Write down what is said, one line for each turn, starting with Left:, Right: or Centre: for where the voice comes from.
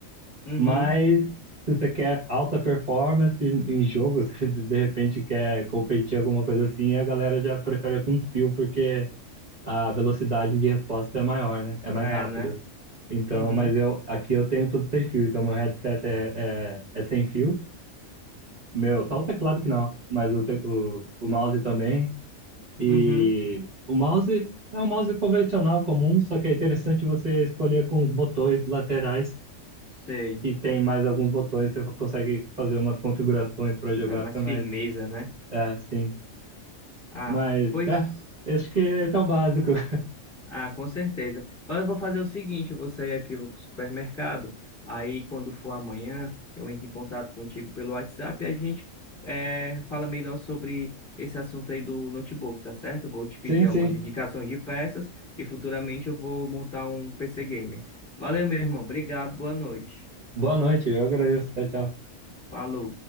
Left: Uhum.
Right: mas se você quer alta performance em em jogo, <laughs> se de repente quer competir alguma coisa assim, a galera já prefere com fio, porque a velocidade de resposta é maior, né? É mais
Left: É,
Right: rápido.
Left: né?
Right: Então,
Left: Uhum.
Right: mas eu aqui eu tenho tudo sem fio, então meu headset é, é, é sem fio. Meu, só o teclado que não, mas o, te- o, o mouse também. E
Left: Uhum.
Right: o mouse é um mouse convencional comum, só que é interessante você escolher com os botões laterais,
Left: Sei.
Right: que tem mais alguns botões, você consegue fazer umas configurações para jogar,
Left: Dá mais
Right: fica mais.
Left: firmeza, né?
Right: É, sim.
Left: Ah,
Right: Mas,
Left: pois.
Right: é, acho que esse é o básico. <laughs>
Left: Ah, com certeza. Mas eu vou fazer o seguinte, eu vou sair aqui, vou pro supermercado, aí quando for amanhã, eu entro em contato contigo pelo WhatsApp e a gente eh, fala melhor sobre esse assunto aí do notebook, tá certo? Eu vou te pedir
Right: Sim,
Left: algumas
Right: sim.
Left: indicações de peças e futuramente eu vou montar um PC Gamer. Valeu, meu irmão. Obrigado, boa noite.
Right: Boa noite, eu agradeço. Tchau, tchau.
Left: Falou.